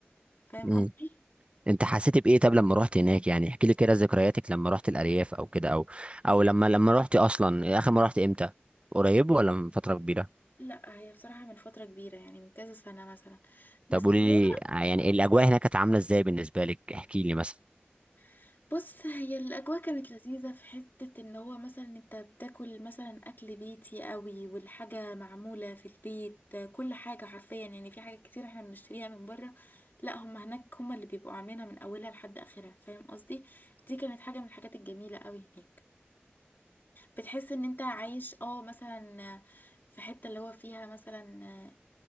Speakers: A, on the left; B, on the right.
A: فاهم
B: امم
A: قصدي
B: انت حسيتي بايه طب لما رحت هناك يعني احكي لي كده ذكرياتك لما رحت الارياف او كده او او لما لما رحت اصلا اخر ما رحت امتى قريب ولا من فتره كبيره
A: لا هي بصراحة من فترة كبيرة يعني من كذا سنة مثلا بس
B: طب قولي
A: هو
B: لي يعني الاجواء هناك كانت عامله ازاي بالنسبه لك احكي لي مثلا
A: <laughs> بص هي الأجواء كانت لذيذة في حتة ان هو مثلا انت بتاكل مثلا أكل بيتي قوي والحاجة معمولة في البيت آه، كل حاجة حرفيا يعني في حاجات كتير احنا بنشتريها من بره لا هم هناك هم اللي بيبقوا عاملينها من أولها لحد آخرها فاهم قصدي دي كانت حاجة من الحاجات الجميلة قوي هناك بتحس ان انت عايش اه مثلا في حتة اللي هو فيها مثلا